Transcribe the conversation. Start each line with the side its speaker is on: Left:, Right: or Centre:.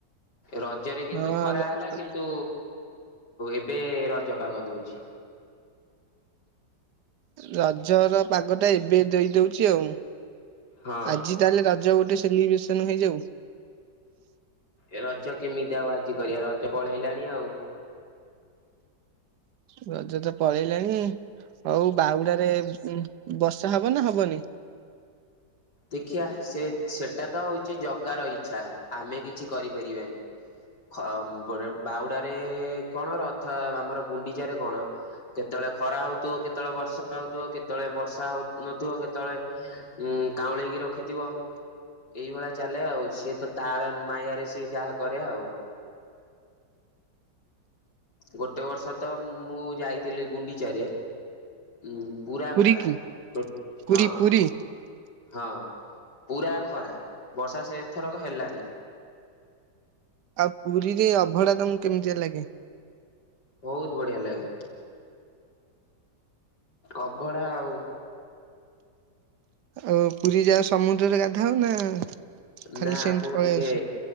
Left: ରଜରେ କିନ୍ତୁ
Right: ହଁ
Left: ଖରା
Right: ର-
Left: ହେଲା କିନ୍ତୁ ଏବେ ରଜ ପାଗ ଦଉଛି।
Right: ରଜର ପାଗ ଟା ଏବେ ଦେଇ ଦଉଛି ଆଉ।
Left: ହଁ
Right: ଆଜି ତା ହେଲେ ରଜ ଗୋଟେ ସେଲିବ୍ରେସନ ହେଇଯାଉ।
Left: ଏ ରଜ କେମିତି ଆଉ ଆଜି କରିବା। ରଜ ପଳେଇଲାଣି ଆଉ।
Right: ରଜ ତ ପଳେଇଲାଣି। ହଉ ବାହୁଡାରେ ବର୍ଷା ହବ ନା ହବନି।
Left: ଦେଖିିବା ସେ ସେଟା ତ ହଉଛି ଜଗାର ଇଚ୍ଛା ଆମେ କିଛି କରିପାରିବାନି। ଖ-ବ-ବାହୁଡାରେ କଣ, ଆମର ଗୁଣ୍ଡିଚାରେ କଣ? କେତବଳେ ଖରା ହଉଥିବ କେତବଳେ ବର୍ଷା ହଉଥିବ କେତବଳେ ବର୍ଷା ହଉ ନଥିବ କେତବଳେ ଉଁ କାଉଁଳେଇକି ରଖିଥିବ। ଏଇଭଳିଆ ଚାଲେ ଆଉ ସିଏ ତ ତାର ମାୟାରେ ସିଏ ଯାହା କରେ ଆଉ। ଗୋଟେ ବର୍ଷ ତ ମୁଁ ଯାଇଥିଲି ଗୁଣ୍ଡିଚାରେ। ଉଁ ପୁରା
Right: ପୁରୀ
Left: ଖରା।
Right: କି
Left: ହଁ।
Right: ପୁରୀ ପୁରୀ?
Left: ହଁ ପୁରା ଖରା। ବର୍ଷା ସେ ଥରକ ହେଲାନି।
Right: ଆଉ ପୁରୀରେ ଅଭଡା ତମକୁ କେମିତିଆ ଲାଗେ?
Left: ବହୁତ ବଢିଆ ଲାଗେ। ଅଭଢା ଆଉ।
Right: ଆଉ ପୁରୀ ଯାଅ। ସମୁଦ୍ରରେ ଗାଧାଅ ନା ଖାଲି
Left: ନା
Right: ସେମିତି
Left: ମୁଁ
Right: ପଳେଇ
Left: ଟିକେ
Right: ଆସ?